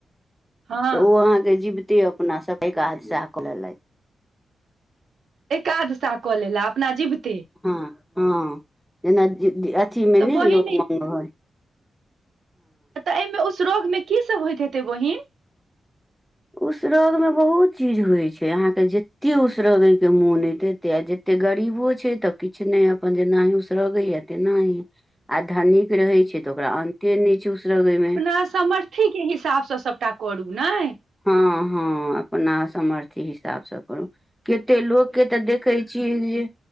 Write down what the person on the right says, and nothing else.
हँ
एकाघसा कऽ लेला अपना जिबते
तऽ
बहिन
ई-
तऽ एहिमे उस रोग मे की सब होइत हेतै बहिन
से समर्थ अथी के हिसाबसँ सभटा करू ने